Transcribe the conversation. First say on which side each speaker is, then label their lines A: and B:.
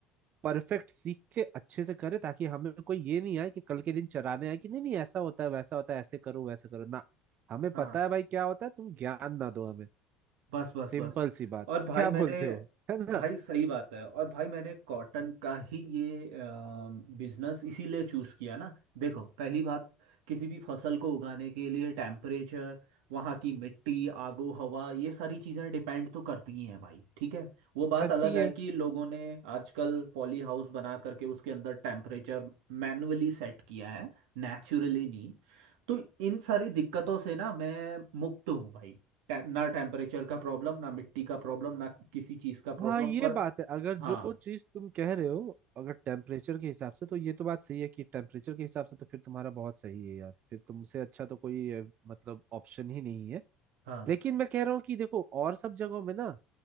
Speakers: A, on the right; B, on the right.
A: परफेक्ट सीख के अच्छे से करे ताकि हमें कोई ये नहीं आए कि कल के दिन चराने आए कि नहीं नहीं ऐसा होता है वैसा होता है ऐसे करो वैसे करो ना हमें
B: हाँ
A: पता है भाई क्या होता है तुम ज्ञान ना दो हमें
B: बस बस
A: सिंपल
B: बस
A: सी बात
B: और भाई
A: क्या
B: मैंने
A: बोलते हो है ना
B: भाई सही बात है और भाई मैंने कॉटन का ही ये बिजनेस इसीलिए चूज किया ना देखो पहली बात किसी भी फसल को उगाने के लिए टेम्परेचर वहाँ की मिट्टी आगो हवा ये सारी चीज़ें डिपेंड तो करती ही हैं भाई ठीक है वो बात
A: करती
B: अलग है
A: है
B: कि लोगों ने आजकल पॉली हाउस बना करके उसके अंदर टेम्परेचर मैन्युअली सेट किया है नेचुरली नहीं तो इन सारी दिक्कतों से ना मैं मुक्त हूँ भाई टे- ना टेम्परेचर का प्रॉब्लम ना मिट्टी का प्रॉब्लम ना किसी चीज का
A: हाँ
B: प्रॉब्लम
A: ये
B: और
A: बात है अगर
B: हाँ
A: जो चीज तुम कह रहे हो अगर टेम्परेचर के हिसाब से तो ये तो बात सही है कि टेम्परेचर के हिसाब से तो फिर तुम्हारा बहुत सही है यार फिर तुमसे अच्छा तो कोई अ, मतलब ऑप्शन ही नहीं है
B: हाँ
A: लेकिन मैं कह रहा हूँ कि देखो और सब जगहों में ना